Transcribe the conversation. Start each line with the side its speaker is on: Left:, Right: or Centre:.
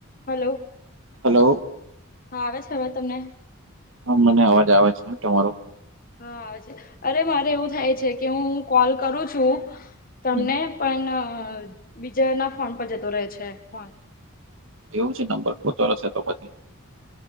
Left: Hello
Right: hello
Left: હા આવે અવાજ તમને?
Right: મને અવાજ આવે છે તમારો.
Left: હા અરે મારે એવું થાય છે કે હું કોલ કરું છું. તમને
Right: હમ
Left: પણ બીજા ના ફોન પર જતો રહે છે ફોન
Right: એવું છે નંબર પોતો હશે તો પછી